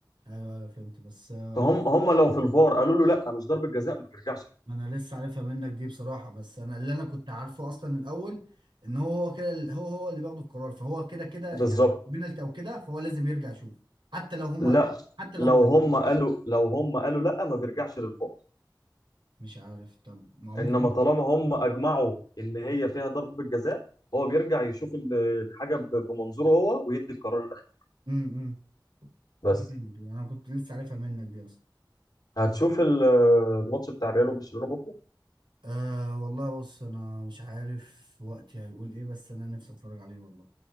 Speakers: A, on the right; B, on the left.
A: ايوه فهمت بس آه،
B: فهم هم لو في الفار قالوا له لا مش ضربه جزاء ما بيرجعش
A: انا لسه عارفها منك دي بصراحه بس انا اللي انا كنت عارفه اصلا الاول ان هو هو كده هو هو اللي بياخد القرار فهو كده كده
B: بالظبط
A: يعني بينالتي او كده فهو لازم يرجع يشوف حتى لو هم
B: لا
A: قالوا حتى لو
B: لو
A: ما قالوا
B: هم قالوا لو هم قالوا لا ما بيرجعش للفار
A: مش عارف طب ما هو ممكن
B: انما طالما هم اجمعوا ان هي فيها ضربه جزاء هو بيرجع يشوف ال- الحاجه ب- بمنظوره هو ويدي القرار الاخير
A: امم امم
B: بس
A: جامد انا كنت لسه عارفها منك دي اصلا
B: هتشوف ال- الماتش بتاع الريال وبرشلونه بكره
A: أه والله بص انا مش عارف وقتي هيقول ايه بس انا نفسي اتفرج عليه والله